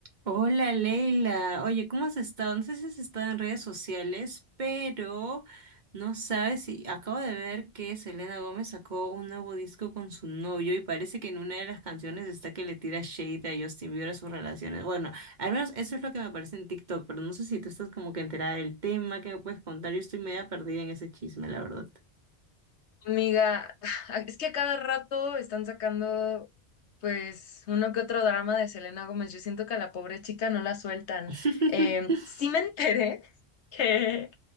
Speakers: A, on the right; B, on the left.
A: Hola Leila, oye, ¿cómo has estado? No sé si has estado en redes sociales, pero no sabes si acabo de ver que Selena Gómez sacó un nuevo disco con su novio y parece que en una de las canciones está que le tira shade a Justin Bieber a sus relaciones. Bueno, al menos eso es lo que me aparece en TikTok, pero no sé si tú estás como que enterada del tema, ¿qué me puedes contar? Yo estoy media perdida en ese chisme, la verdad.
B: Amiga, <laughs> es que a cada rato están sacando pues uno que otro drama de Selena Gómez. Yo siento que a la pobre chica no la sueltan.
A: <laughs>
B: Eh, sí me enteré <laughs> que